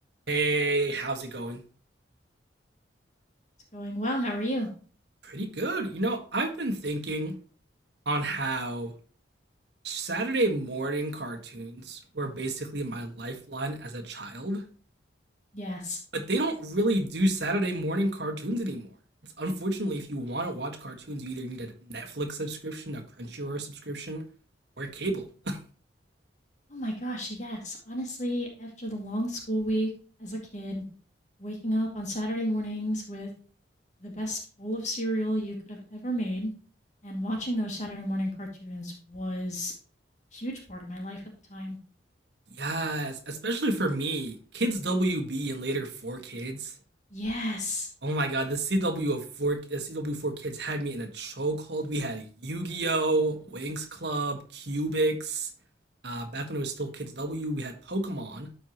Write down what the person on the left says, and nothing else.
It's going well. How are you?
Yes.
Oh my gosh, yes. Honestly, after the long school week as a kid, waking up on Saturday mornings with the best bowl of cereal you could have ever made and watching those Saturday morning cartoons was a huge part of my life at the time.
Yes.